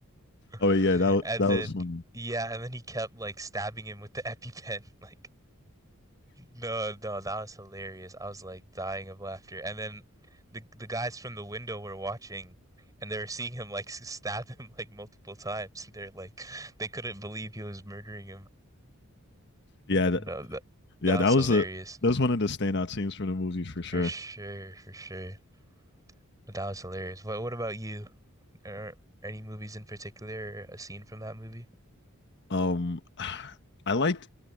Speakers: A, on the right; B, on the left.
A: <laughs>
B: Oh yeah, that wa-
A: And
B: that
A: then
B: was funny.
A: yeah, and then he kept like stabbing him with the EpiPen. <laughs> Like No, no, that was hilarious. I was like dying of laughter. And then the the guys from the window were watching and they were seeing him like <laughs> s- stab him like multiple times. They're like they couldn't believe he was murdering him.
B: Yeah,
A: No,
B: that,
A: that
B: yeah,
A: that
B: that
A: was
B: was
A: hilarious.
B: a that was one of the standout scenes from the movie for sure.
A: For sure, for sure. that was hilarious. What what about you? Or any movies in particular or a scene from that movie?
B: Um, <sighs> I liked.